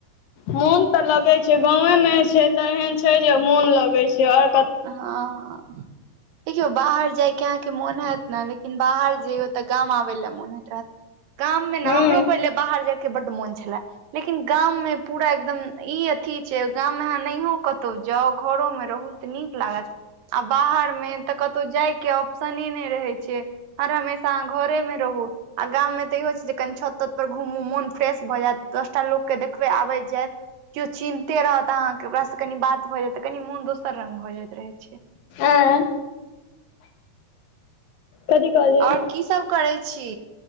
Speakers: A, on the left; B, on the right.
A: मोन त लगैत छै गाॅंवे मे छै त एहन छै जे मोन लगैत छै आर
B: हँ देखियौ बाहर जाइ के अहाँ के मोन होयत ने लेकिन बाहर जइयौ त गाम आबय लए मोन होइत रहत गाम मे ने
A: हूँ
B: हमरो पहिले बाहर जायके बड मोन छलै लेकिन गाॅंम मे पूरा एकदम ई अथी छै गाॅंम मे अहाँ नहियो कतहु जाउ घरो मे रहू नीक लागत आ बाहर मे त कतौ जाय के ऑप्शने नै रहै छै हर हमेशा अहाँ घरे में रहू आ गाम मे त इहो छै जे कनि छत त त पर घूमू मोन फ्रेश भ जैत दसटा लोककेँ देखबै आबैत जैत केओ चिन्हते रहत अहाँ के ओकरासँ कनि बात भ जैत त कनि मोन दोसर रंग भ जाइत रहै छै
A: ऐ कथी कहलियै
B: और की सब करै छी